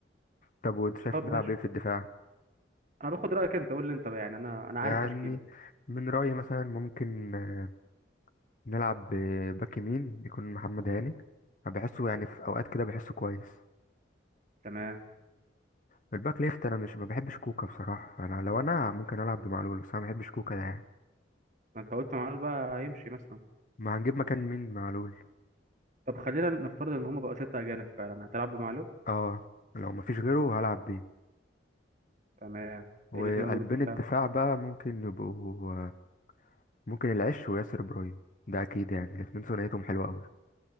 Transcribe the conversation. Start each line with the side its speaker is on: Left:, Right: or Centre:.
Left: طب وانت شايف
Right: طب
Left: نلعب
Right: ماشي
Left: ايه في الدفاع
Right: انا باخد رايك انت قول لي انت بقى يعني انا انا عارف
Left: يعني
Right: تشكيله
Left: من رأيي مثلا ممكن آه، نلعب باك يمين يكون محمد هاني أنا بحسه يعني في اوقات كده بحسه كويس
Right: تمام
Left: والباك ليفت انا مش ما بحبش كوكا بصراحة انا لو انا ممكن العب بمعلول بس انا ما بحبش كوكا ده يعني
Right: ما انت قلت معلول بقى هيمشي مثلا
Left: ما هنجيب مكان مين معلول
Right: طب خلينا نفترض ان هما بقوا سته اجانب فعلا هتلعب بمعلول
Left: اه لو ما فيش غيره هلعب بيه
Right: تمام
Left: وقلبين
Right: الاثنين قلوب الدفاع
Left: الدفاع بقى ممكن يبقوا آه، ممكن العش وياسر ابراهيم ده اكيد يعني الاتنين ثنائيتهم حلوه قوي